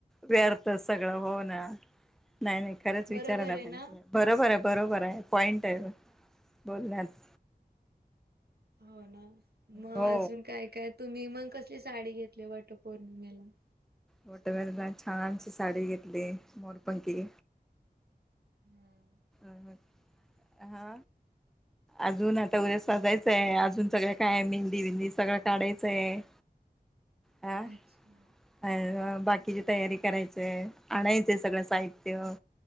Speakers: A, in the centre; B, on the right.
A: व्यार्थच सगळं हो ना नाई नइ खरंच
B: बरोबर
A: विचारायला
B: आहे ना
A: पाइजे बर बरोबराय पॉइंटाय बोलण्यात
B: हो ना म
A: हो
B: अजून काय काय तुमी मंग कसली साडी घेतलीए वटपौर्णिमेला
A: वटवरला छानशी साडी घेतलीए मोरपंकी
B: हम्
A: अम हा
B: <inaudible>
A: अजून आता उद्या साजायचंए अजून सगळं काय मेंदी बेंदी सगळं काढायचंए
B: <inaudible>
A: ह
B: अच्छा
A: अ बाकीची तयारी करायचिय आणायचय सगळं साहित्य